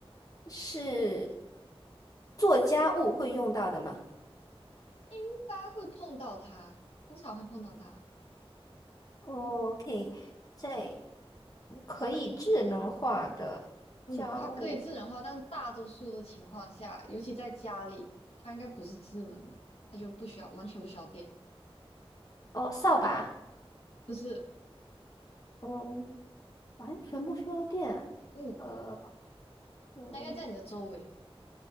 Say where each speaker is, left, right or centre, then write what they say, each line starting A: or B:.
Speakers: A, on the left; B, on the left.
A: 是做家务会用到的吗
B: 应该会碰到它，通常会碰到它。
A: ？OK，在可以智能化的家务
B: 嗯，它可以智能化，但大多数的情况下，尤其在家里，它应该不是智能的，它就不需要，完全不需要电。
A: 哦，扫把，
B: 不是，
A: 嗯，完全不需要电啊
B: 嗯，
A: 呃，嗯，
B: 它应该在你的周围，